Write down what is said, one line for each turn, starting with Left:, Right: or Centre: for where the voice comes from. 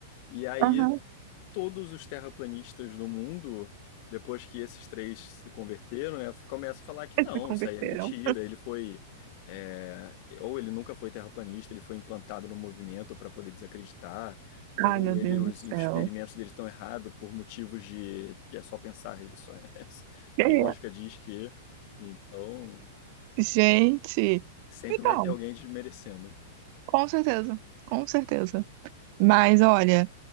Left: E aí
Right: aham.
Left: todos os terraplanistas do mundo, depois que esses três se converteram, né, começam a falar que
Right: Eles
Left: não,
Right: se converteram.
Left: isso aí é mentira, ele foi. é, ou ele nunca foi terraplanista, ele foi implantado no movimento para poder desacreditar, ou
Right: Ai, meu
Left: ele,
Right: Deus
Left: os
Right: do céu.
Left: experimentos dele estão errados por motivos de que é só pensar isso. né? <laughs> A
Right: É.
Left: lógica diz que. Então,
Right: Gente,
Left: sempre
Right: então,
Left: vai ter alguém desmerecendo.
Right: com certeza, com certeza. Mas olha,